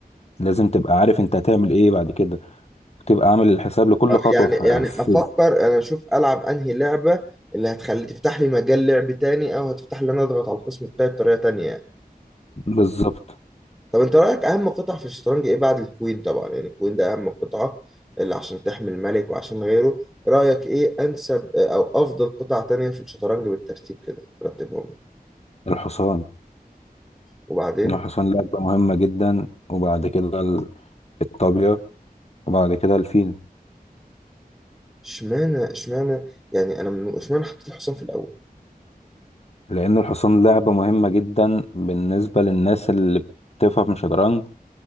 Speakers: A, on the left; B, in the centre.
A: لازم تبقى عارف أنت هتعمل إيه بعد كده وتبقى عامل الحساب لكل
B: آه،
A: خطوة
B: يعني
A: في,
B: يعني
A: ح- في
B: افكر انا اشوف العب انهي لعبه اللي هتخلي تفتح لي مجال لعب تاني او هتفتح لي انا اضغط على الخصم بتاعي بطريقه تانية يعني.
A: بالظبط
B: طب انت رايك اهم قطع في الشطرنج ايه بعد الكوين طبعا يعني الكوين ده اهم قطعه اللي عشان تحمي الملك وعشان غيره رايك ايه انسب او افضل قطع تانية في الشطرنج بالترتيب كده رتبهم لي.
A: الحصان
B: وبعدين
A: الحصان لعبة مهمة جدا وبعد كده ال- الطابية وبعد كده الفيل
B: اشمعنى اشمعنى يعني انا من- اشمعنى حطيت الحصان في الاول
A: لأن الحصان لعبة مهمة جدا بالنسبة للناس اللي بتفهم شطرنج